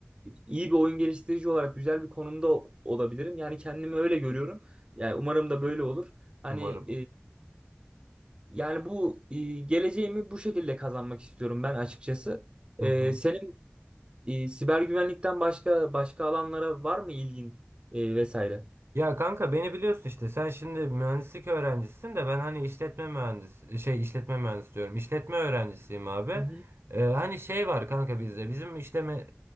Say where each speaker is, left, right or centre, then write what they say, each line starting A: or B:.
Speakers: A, on the right; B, on the right.
A: iyi bir oyun geliştirici olarak güzel bir konumda o- olabilirim. Yani kendimi öyle görüyorum. Yani umarım da böyle olur. Hani
B: Umarım.
A: yani bu e, geleceğimi bu şekilde kazanmak istiyorum ben açıkçası.
B: Hı
A: E,
B: hı.
A: senin e, siber güvenlikten başka başka alanlara var mı ilgin e, vesaire?
B: Ya kanka beni biliyorsun işte sen şimdi mühendislik öğrencisin de ben hani işletme mühendis şey işletme mühendisi diyorum işletme öğrencisiyim abi.
A: Hı hı.
B: Ee, hani şey var kanka bizde bizim işte me-